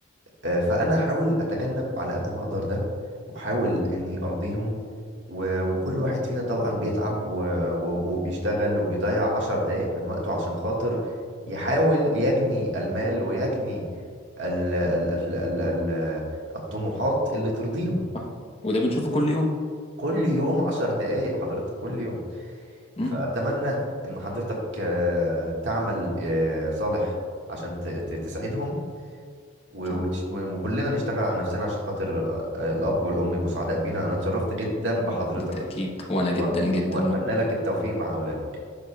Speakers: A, on the right; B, on the left.
A: آه، فانا احاول اتجنب على قد ما اقدر ده واحاول اني ارضيهم و- وكل واحد فينا طبعا بيتعب و- و- وبيشتغل وبيضيع عشر دقايق من وقته عشان خاطر يحاول يجني المال ويجني ال ال ال ال ال الطموحات اللي ترضيهم
B: صح؟ وده بنشوفه كل يوم
A: كل يوم عشر دقايق حضرتك كل يوم
B: امم
A: فأتمنى
B: ان
A: إن حضرتك آه، تعمل آه، صالح عشان ت- ت- تساعدهم و-
B: شاء الله
A: وتش- و- وكلنا نشتغل على نفسنا عشان خاطر آه، آه، الأب والأم يبقوا سعداء بينا أنا اتشرفت جدا بحضرتك
B: بالتاكيد وانا
A: و...
B: جدا جدا
A: وأتمنى
B: وان
A: لك التوفيق مع أولادك